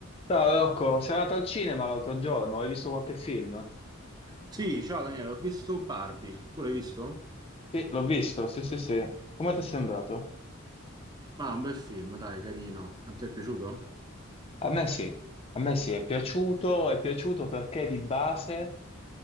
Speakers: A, on the left; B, on the right.
A: Ciao Rocco, sei andato al cinema l'altro giorno, hai visto qualche film?
B: Sì, ciao Daniele, ho visto Barbie. Tu l'hai visto?
A: Sì, l'ho visto, sì, sì, sì. Come ti è sembrato?
B: Ma un bel film, dai, carino. A te è piaciuto?
A: A me sì, a me sì, è piaciuto, è piaciuto perché di base